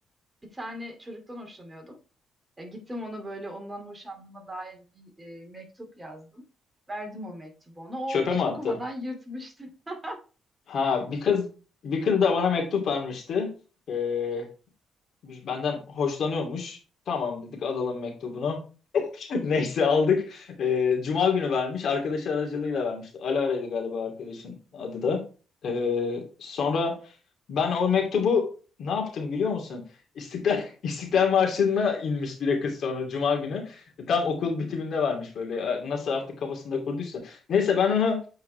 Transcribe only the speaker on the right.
Bir tane çocuktan hoşlanıyordum. Ya gittim ona böyle ondan hoşlandığıma dair bir e, mektup yazdım. Verdim o mektubu ona. O
hiç
okumadan yırtmıştı. <laughs>